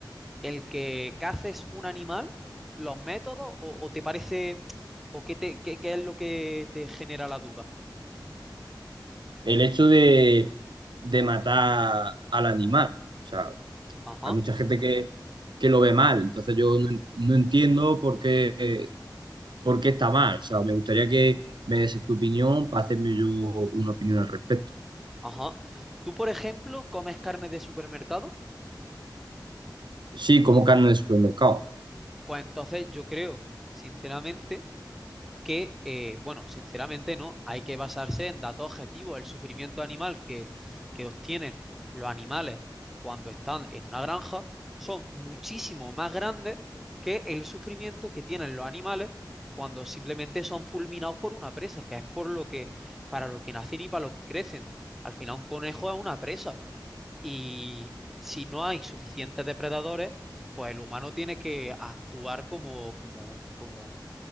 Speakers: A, in the centre; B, on the right.
A: el que caces un animal, los métodos, o, o te parece, o qué te, qué, qué es lo que te genera la duda?
B: El hecho de, de matar al animal. O sea,
A: Ajá,
B: Hay mucha gente que, que lo ve mal, entonces yo no, en- no entiendo por qué, por qué está mal. O sea, me gustaría que me des tu opinión para hacerme yo una opinión al respecto.
A: ajá. Tú, por ejemplo, comes carne de supermercado,
B: Sí, como carne de supermercado,
A: pues entonces yo creo, sinceramente, que, eh, bueno, sinceramente no, hay que basarse en datos objetivos. El sufrimiento animal que, que obtienen los animales cuando están en una granja son muchísimo más grandes que el sufrimiento que tienen los animales cuando simplemente son fulminados por una presa, que es por lo que, para lo que nacen y para lo que crecen. Al final un conejo es una presa y si no hay suficientes depredadores, pues el humano tiene que actuar como, como, como